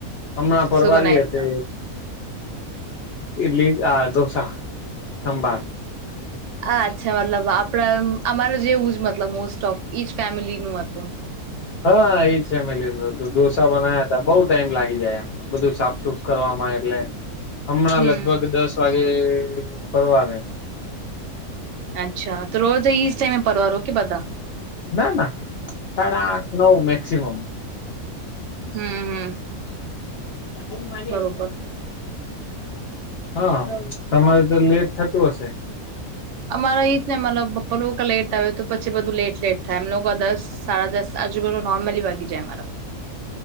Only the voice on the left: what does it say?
હમણાં પરવારી
હશે
ઈડલી આ ઢોસા સંભાર
હા એજ છે ફેમિલીનું હતું ઢોસા બનાવ્યા હતા બોવ ટાઈમ લાગી જાય એમ બધું સાફસુફ કરવામાં એટલે હમણાં
લગભગ દસ વાગે પરવારે.
ના ના સાડા આઠ નવ મેક્સિમમ.
<inaudible>
હા તમારે તો લેટ થતું હશે.